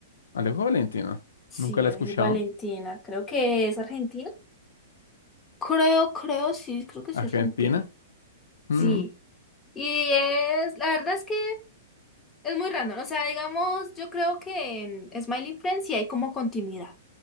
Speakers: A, on the left; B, on the left.
A: Alejo Valentino.
B: Sí,
A: Nunca la
B: Alejo
A: he escuchado.
B: y Valentina, creo que es Argentina. Creo, creo, sí, creo que
A: Argentina.
B: sí es Argentina.
A: Mm,
B: Sí. Y es, la verdad es que es muy random. O sea, digamos, yo creo que en Smiling Friends sí hay como continuidad.